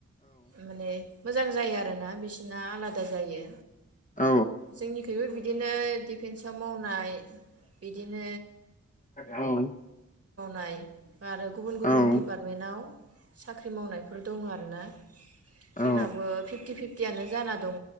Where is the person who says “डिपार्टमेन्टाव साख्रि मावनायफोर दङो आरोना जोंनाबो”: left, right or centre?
Right